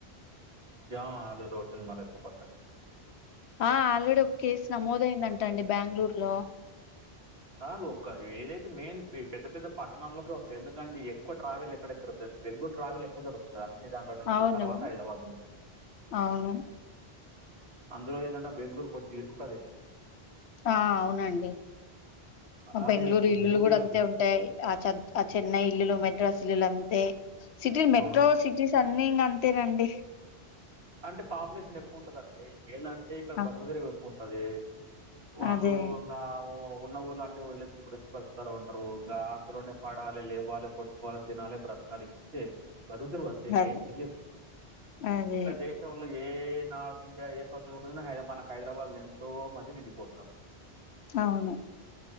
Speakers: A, on the right; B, on the left.
A: యా అదే అదే వచ్చంది మల ఇప్పు కొట్టారు
B: ఆ ఆల్రెడీ ఒక కేసు నమోదయిందంటండి బెంగళూరు లో
A: చాలు ఒక ఏదైతే మెయిన్ పెద్ద పెద్ద పట్టణాల్లోకే వస్తయి ఎందుకంటే ఎక్కువ ట్రావెల్ ఎక్కడ దరుతుంది బెంగళూరు ట్రావెల్ ఎక్కువ జరుగుతుంది అన్ని దాంట్లో నుంచి
B: అవును
A: తర్వాత హైదరాబాద్ నుంచి
B: అవును
A: అందులో ఏంధంటే బెంగళూరు కొంచం ఇరుకు ప్రదేశం
B: ఆ అవునండి
A: బాగా
B: ఆ బెంగళూరు
A: ఇరుకు
B: ఇల్లులు
A: ఇల్లుకు
B: కూడా
A: ఇల్లుకు.
B: అంతే ఉంటాయి ఆ ఆ చెన్నై ఇల్లులు మెట్రోస్ ఇల్లులు అంతే సిటీలు మెట్రో
A: అవును.
B: సిటీ అన్ని ఇంగ అంతేనండి
A: అంటే పాపులేషన్ ఎక్కువ ఉంటదండి ఇంకేంటంటే ఇక్కడ
B: ఆ,
A: బతుకదెరువు ఎక్కువ ఉంటది వాళ్ళు
B: అదే
A: ఇ ఉన్న ఊర్ళ అన్ని వదిలేసి ఇక్కడ వచ్చి పతారు ఉంటారు ఇంకా అందులోనే పడాలి లేవాలి కాల్ తినాలే బ్రత్కాలే ఇంతే బ్రతుకుతెరువు అంతే ఇంకేం
B: అదే
A: తెలియదు
B: అదే
A: దేశంలో ఏ నార్త్ ఇండియా ఏ సౌత్ ఉ మనకు హైదరాబాద్ లో ఎంతో మంది నిండిపోతున్నారు
B: అవును